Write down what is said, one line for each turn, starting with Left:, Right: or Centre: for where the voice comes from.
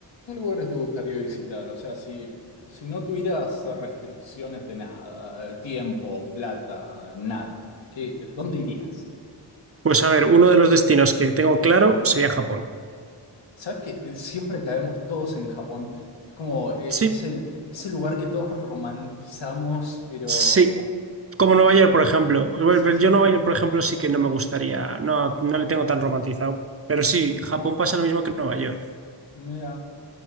Left: ¿Qué lugares te gustaría visitar? O sea, si, si no tuvieras restricciones de nada, eh, tiempo, plata, nada, ¿qué, dónde irías?
Right: Pues a ver, uno de los destinos que tengo claro sería Japón.
Left: ¿Sabes que siempre caemos todos en Japón? Es como, eh,
Right: Sí,
Left: es el, es el lugar que todos romantizamos, pero
Right: sí. Como Nueva York, por ejemplo. Bueno,
Left: sí,
Right: pero
Left: sí,
Right: Yo Nueva York, por ejemplo, sí que no me gustaría, no, no le tengo tan romantizado. Pero sí, Japón pasa lo mismo que Nueva York.
Left: mira,